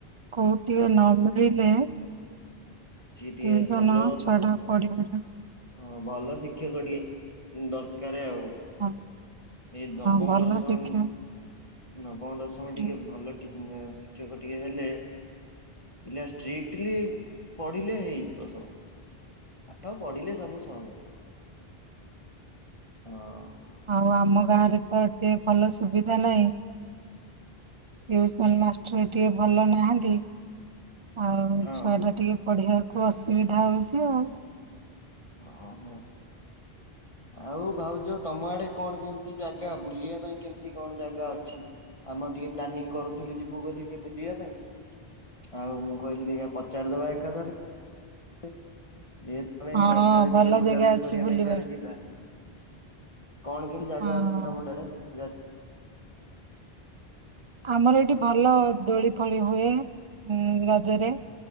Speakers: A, on the right; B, on the left.
A: କୋଉଠି ଟିକେ ନହେଲେ। ବସିଲେ।
B: ସିଏ ଟିକେ
A: ଟିଉସନ
B: ଭଲ
A: ନା ଛୁଆ ଟା ପଢି ପାରି
B: ହଁ ଭଲ ଶିକ୍ଷକ ଟିକେ ଦରକାର ଆଉ।
A: ହଁ।
B: ଏଇ ନବମ
A: ଭଲ
B: ଦଶମ
A: ଶିକ୍ଷା
B: ନବମ ଦଶମ
A: ହୁଁ।
B: ଟିକେ ଭଲ ଟିକେ ଶିକ୍ଷକ ଟିକେ ହେଲେ ପିଲା ଷ୍ଟ୍ରିକଟଲି ପଢିଲେ ହେଇଯିବ ସବୁ ପାଠ ପଢିଲେ ସବୁ ହବ। ହଁ।
A: ଆଉ ଆମ ଗାଁ ରେ ତ ଟିକେ ଭଲ। ସୁବିଧା ନାହିଁ। ଟୁସନ୍ ମାଷ୍ଟ ଭଲନାହାନ୍ତି ଆଉ
B: ହଁ
A: ଛୁଆଟା ଟିକ ପଢିବାକୁ ଅସୁବିଧା ହଉଛି ଆଉ।
B: ଓହୋ ଆଉ ଭାଉଜ ତମ ଆଡେ କଣ କେମିତି ଜାଗା ବୁଲିବା ପାଇଁ କେମିତି କଣ ଜାଗା ଅଛି ଆମର ଟିକେ ପ୍ଲାନିଂ କରୁଥିଲୁ ଯିବୁ ବୋଲି ବୁଲିବା ପାଇଁ ଆଉ ମୁଁ କହିଲି <unintelligible> ଚାର ଦବା ଏକାଦାରେରେ <unintelligible> ଯେ ତମେ
A: ହଁ
B: ରଜରେ
A: ହଁ ଭଲ
B: ଟିକେ ବୁଲାବୁଲି
A: ଜାଗା ଅଛି
B: କରିବା
A: ବୁଲିବାକୁ
B: ପାଇଁ ସଆଡେ ଯିବା କଣ କେମିତି ଜାଗା
A: ହଁ।
B: ଅଛି ତମ ସିଆଡେ <unintelligible>
A: ଆମର ଏଠି ଭଲ। ଦୋଳି ଫୋଳି ହୁଏ ଉଁ ରଜରେ